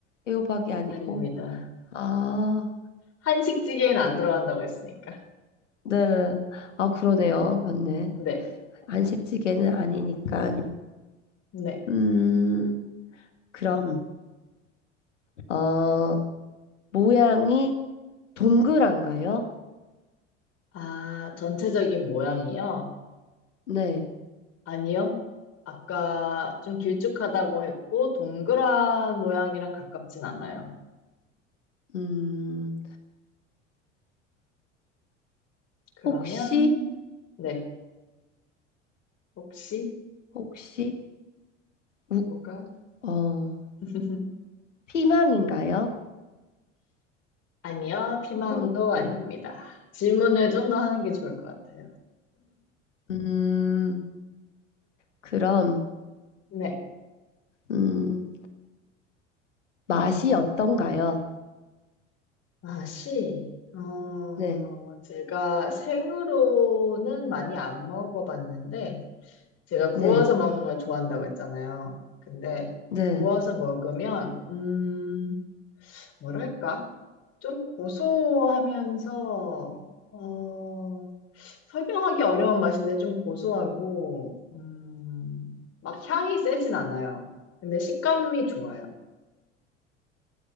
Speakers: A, on the left; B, on the left.
A: 애호박이 아니고.
B: 아닙니다.
A: 아,
B: 한식찌개에는 안 들어간다고 했으니까.
A: 네. 아, 그러네요. 맞네.
B: 네,
A: 한식찌개는 아니니까.
B: 네.
A: 음, 그럼, 어, 모양이 동그란가요?
B: 아, 전체적인 모양이요?
A: 네.
B: 아니요. 아까 좀 길쭉하다고 했고, 동그란 모양이랑 가깝진 않아요.
A: 음,
B: 그러면,
A: 혹시,
B: 네. 혹시,
A: 혹시, 우,
B: 뭐가?
A: 어,
B: <laughs>
A: 피망인가요?
B: 아니요. 피망도
A: 초록피망.
B: 아닙니다. 질문을 좀 더 하는 게 좋을 것 같아요.
A: 음, 그럼,
B: 네.
A: 음, 맛이 어떤가요?
B: 맛이 어,
A: 네,
B: 제가 생으로는 많이 안 먹어봤는데, 제가 구워서
A: 네,
B: 먹는 걸 좋아한다고 했잖아요. 근데
A: 네.
B: 구워서 먹으면, 음, 뭐랄까? 좀 고소하면서, 어, 설명하기 어려운 맛인데 좀 고소하고, 음, 막 향이 세진 않아요. 근데 식감이 좋아요.